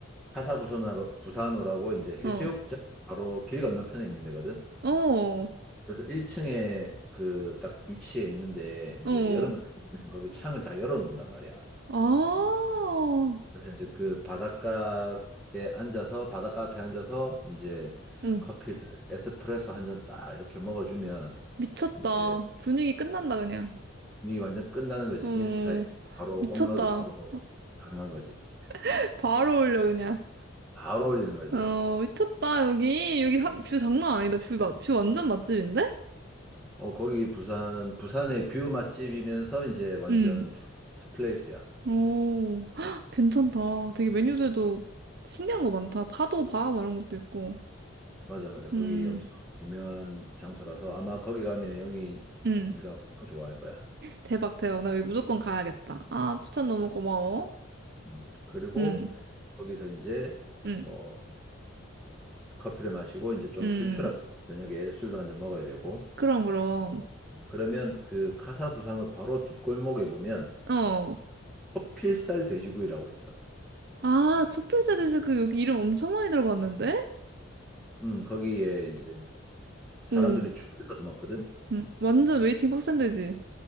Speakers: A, in the centre; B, on the right (about 50°).
A: 카사부사노라고 부사노라고 이제 해수욕장
B: 어,
A: 바로 길 건너편에 있는 데거든.
B: 어,
A: 그래서 1층에 그 딱 위치에 있는데 이제
B: 어.
A: 여름 같은 경우에는 거기 창을 다 열어 놓는단 말이야.
B: 아,
A: 그래서 이제 그 바닷가에 앉아서 바닷가 앞에 앉아서 이제
B: 응,
A: 커피를 에스프레소 한 잔 딱 이렇게 먹어주면
B: 미쳤다.
A: 이제
B: 분위기 끝난다, 그냥.
A: 분위기 완전 끝나는 거지.
B: 어,
A: 인스타에 바로
B: 미쳤다.
A: 업로드 바로 가능한 거지.
B: <laughs> 바로 올려, 그냥.
A: 바로 올리는 거지.
B: 어, 미쳤다, 여기. 여기 하- 뷰 장난 아니다. 뷰, 맛- 뷰 완전 맛집인데?
A: 어 거기 부산 부산의 뷰 맛집이면서 이제 완전
B: 응.
A: 핫플레이스야.
B: 오, 헉, 괜찮다. 되게 메뉴들도 신기한 거 많다. 파도바 막 이런 것도 있고.
A: 맞아 맞아. 거기
B: 음,
A: 엄청 유명한 장소라서 아마 거기 가면 영희
B: 음.
A: 네가 엄청 좋아할 거야.
B: 대박, 대박. 나 여기 무조건 가야겠다. 아, 추천 너무 고마워.
A: 음, 그리고
B: 음,
A: 거기서 이제
B: 음,
A: 뭐 커피를 마시고 이제 좀
B: 음.
A: 출출하게 저녁에 술도 한잔 먹어야 되고
B: 그럼, 그럼.
A: 그러면 그 카사부산호 바로 뒷골목에 보면
B: 어.
A: 커필살 돼지구이라고 있어.
B: 아, 초필사 제시 그 여기 이름 엄청 많이 들어봤는데?
A: 음 거기에 이제 사람들이
B: 오,
A: 줄을 서서 먹거든.
B: 음. 완전 웨이팅 빡센데지?